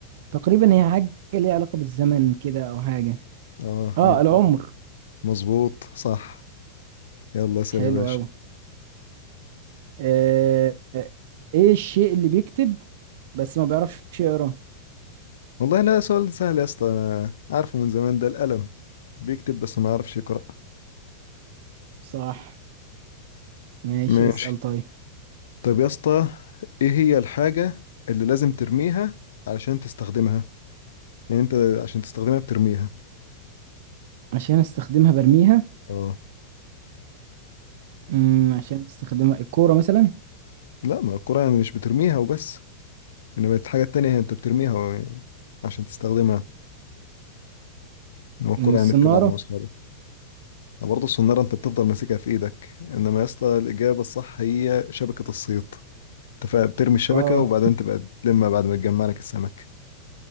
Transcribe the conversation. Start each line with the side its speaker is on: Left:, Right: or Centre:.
Right: تقريبا هي حاجة ليها علاقة بالزمن كده او حاجة
Left: اه
Right: اه
Left: هي كده.
Right: العمر
Left: مظبوط صح يلا اسأل
Right: حلو
Left: يا باشا
Right: اوي آه آه، ايه الشيء اللي بيكتب بس ما بيعرفش يقرا
Left: والله لا سؤال سهل يا اسطى أنا عارفه من زمان ده القلم بيكتب بس ما يعرفش يقرأ
Right: صح ماشي
Left: ماشي
Right: اسأل طيب
Left: طب يا اسطى ايه هي الحاجة اللي لازم ترميها علشان تستخدمها يعني انت عشان تستخدمها بترميها
Right: عشان استخدمها برميها
Left: اه
Right: امم عشان استخدمها الكورة مثلا
Left: لا ما الكرة يعني مش بترميها وبس انما الحاجة التانية هي انت بترميها و- عشان تستخدمها انما الكرة
Right: أمم، الصنارة
Left: يعني بتلعب مع اصحابك برضه الصنارة انت بتفضل ماسكها في ايدك انما يا اسطى الإجابة الصح هي شبكة الصيد انت فا- بترمي الشبكة
Right: اه
Left: وبعدين تبقى تلمها بعد ما تجمع لك السمك